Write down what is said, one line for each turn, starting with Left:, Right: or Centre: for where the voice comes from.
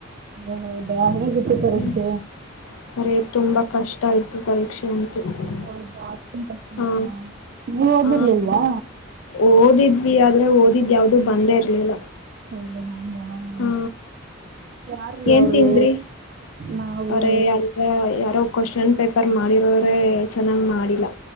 Right: ಹ ಹೌದಾ ಪರೀಕ್ಷೆ
Left: ಹ್ಮ ಅರೇ ತುಂಬಾ. ಕಷ್ಟ ಇತ್ತು ತಲ್ <unintelligible>
Right: ಹೌದಾ ಅಷ್ಟೊಂದ್ ಕಷ್ಟ
Left: ಹಾ
Right: ಇತ್ತಾ ನೀವ್ ಓದಿರ್ಲಿಲ್ವಾ
Left: ಹಾ ಓದಿದ್ವಿ ಅ. ಆದ್ರೆ ಓದಿದ್ ಯಾವ್ದು ಬಂದೇ ಇರ್ಲಿಲ್ಲ.
Right: ಹ್ಮ. ಹ
Left: ಹಾ
Right: ಯಾರೀ
Left: ಏನ್
Right: ಅವ್ರು
Left: ತಿಂದ್ರಿ
Right: ನಾವು.
Left: ಅವರೇ ಅಲ್ಗ ಯಾರೋ ಕ್ವಶನ್ ಪೇಪರ್ ಮಾಡಿರೋರೆ ಚೆನ್ನಾಗ್ ಮಾಡಿಲ್ಲ.